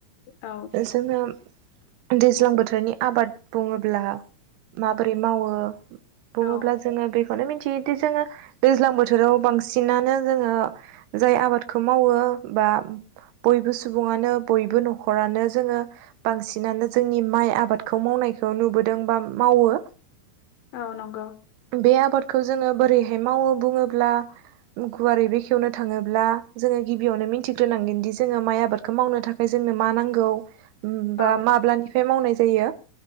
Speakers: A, on the left (about 75°); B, on the right (about 85°).
A: औ
B: जोङो दैज्लां बोथोरनि आबाद बुङोब्ला माबोरै मावो बुङोब्ला
A: औ
B: जोङो बे बेखौनो मिथियोदि जोङो दैज्लां बोथोराव बांसिनानो जोङो जाय आबादखौ मावो बा बयबो सुबुङानो बयबो न'खरानो जोङो बांसिनानो जोंनि माइ आबादखौ माव मावनायखौ नुबोदों बा मावो
A: औ नंगौ
B: बे आबादखौ जोङो बोरैहाय मावो बुङोब्ला गुवारै बेखेवनो थाङोब्ला जोङो गिबियावनो मिथिग्रोनांगोनदि जोङो माइ आबादखौ मावनो थाखाय जों नो मा नांगौ
A: औ
B: बा माब्लानिफ्राय मावनाय जायो